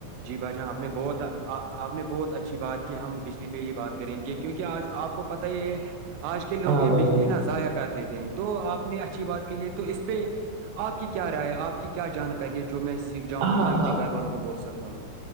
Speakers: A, on the right (about 85°); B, on the right (about 70°).
A: جی بھائی جان آپ نے بہت آ آپ نے بہت اچھی بات کی ہم بجلی پہ ہی بات کریں گے کیونکہ آج آپ کو پت ہی ہے آج کے لوگ
B: ہاں
A: یہ
B: بھائی
A: بجلی
B: جان
A: نہ ضائع کر دیتے ہیں تو آپ نے اچھی بات کہ ہے تو اس پہ آپ کی کیا رائے ہے آپ کی کیا جانکاری کریر جو میں سیک جاؤںوں جو
B: ہاں
A: میں اپنے
B: ہاں
A: گھر والوں کو بول سکتا ہوں